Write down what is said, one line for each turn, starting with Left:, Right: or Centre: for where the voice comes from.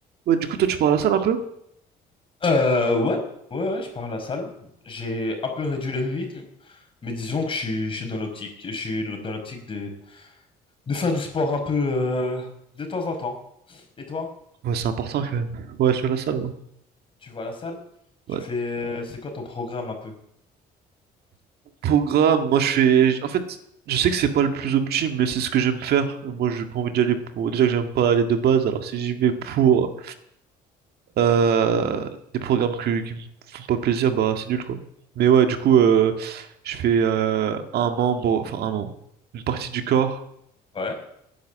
Right: Ouais, du coup, toi, tu pars à la salle un peu?
Left: Euh, ouais, ouais, ouais, je pars à la salle. J'ai un peu réduit le rythme, mais disons que je suis, je suis dans l'optique. Je suis dans l'optique de, de faire du sport un peu euh, de temps en temps. Et toi,
Right: Ouais, c'est important quand même. Ouais, je suis à la salle, moi.
Left: tu vas à la salle? Tu
Right: Ouais.
Left: fais, c'est quoi ton programme un peu?
Right: Programme, moi, je fais... En fait, je sais que c'est pas le plus optime, mais c'est ce que j'aime faire. Moi, j'ai pas envie d'y aller pour... Déjà que j'aime pas aller de base, alors si j'y vais pour euh, des programmes que- qui me font pas plaisir, bah, c'est nul, quoi. Mais ouais, du coup, euh, je fais euh, un membre... Enfin, un membre. Une partie du corps.
Left: Ouais,